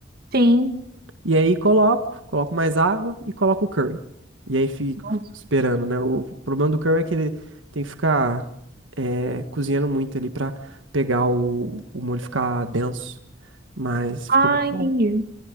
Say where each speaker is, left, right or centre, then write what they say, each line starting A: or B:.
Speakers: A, on the right; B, on the right.
A: Sim.
B: E aí coloco, coloco mais água e coloco o curry. E aí fico
A: Nossa.
B: esperando, né? O problema do curry é que ele tem que ficar é, cozinhando muito ali pra pegar o, o molho ficar denso. Mas ficou
A: Ah,
B: muito
A: entendi.
B: bom.